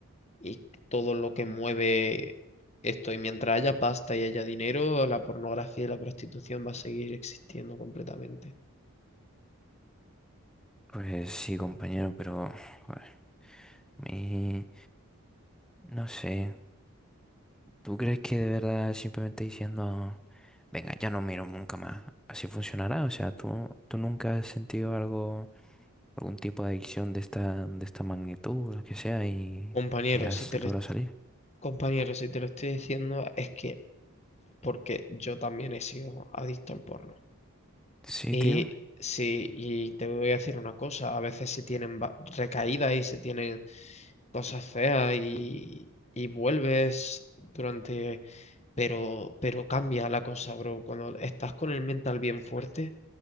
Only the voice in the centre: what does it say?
Pues sí, compañero, pero joder, mi- no sé. ¿Tú crees que de verdad simplemente diciendo, venga, ya no miro nunca más, así funcionará? O sea, ¿tú, tú nunca has sentido algo, algún tipo de adicción de esta, de esta magnitud, lo que sea, y,
y has
logrado salir?
Sí,
tío.